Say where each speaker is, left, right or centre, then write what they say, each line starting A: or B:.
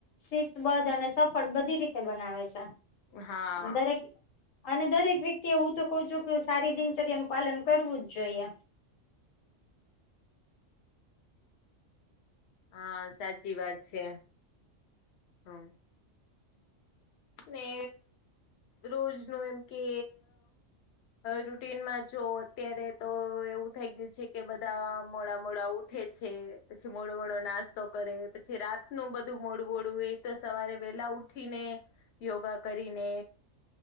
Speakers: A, on the left; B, on the left.
A: શિસ્તબદ્ધ અને સફળ બધી રીતે બનાવે છે.
B: હા
A: દરેક અને દરેક. વ્યક્તિ એ હું તો કઉ છું કે સારી દિનચર્યા નું પાલન કરવું જ જોઈએ.
B: હા સાચી વાત છે હમ. ને રોજ નું એમ કે. રૂટીનમાં જો અત્યારે તો એવું થઈ ગયું છે કે બધા મોડા મોડા ઉ. ઉઠે છે પછી મોડું મોડો નાસ્તો કરે પછી રાતનું બધું મોડુંવડું એ તો સવારે વહેલા ઉઠ. ઉઠીને યોગા કરીને